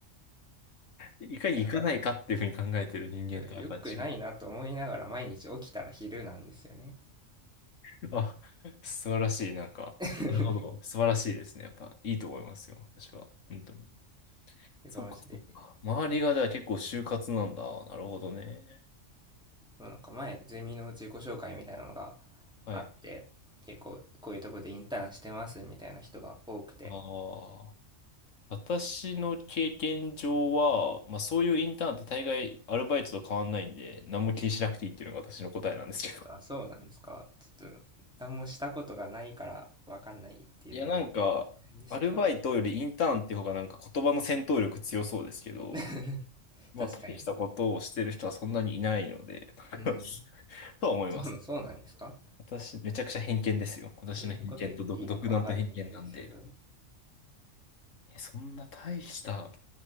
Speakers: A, on the left; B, in the centre.
A: いかに行かないかっていうふうに考えてる人間とはやっぱ違う。
B: なんかよくないなと思いながら毎日起きたら昼なんですよね
A: <laughs> あ、素晴らしい。なんか、
B: <laughs>。
A: なるほど。素晴らしいですね。やっぱいいと思いますよ。私は。本当に。
B: で、
A: そうか、
B: このうちで、
A: そうか。周りがじゃあ結構就活なんだ。なるほどね。
B: なんか前、ゼミの自己紹介みたいなのが
A: はい。
B: あって、結構こういうとこでインターンしてますみたいな人が多くて、
A: ああ。私の経験上は、まあそういうインターンって大概アルバイトと変わんないんで、何も気にしなくていいっていうのが私の答えなんですけど。
B: あ、そうなんですか。ちょっと、何もしたことがないからわかんないっていうのもあ
A: いやなんか、
B: るんですけど
A: アルバイトよりインターンって方がなんか言葉の戦闘力強そうですけど、
B: <laughs>。
A: まあ大したことをしてる人はそんなにいないので、
B: 確かに。うん。
A: <laughs> とは思います。
B: そう、そうなんですか
A: 私、めちゃくちゃ偏見ですよ。私の偏見と独、
B: そんなこと言っていいのかわかんないんですけど。
A: 独断と偏見なんで。え、そんな大した、